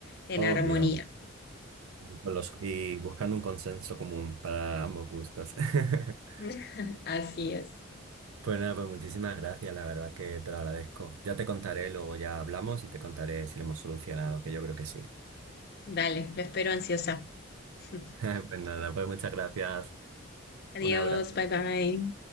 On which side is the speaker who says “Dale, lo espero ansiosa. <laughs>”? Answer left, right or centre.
Left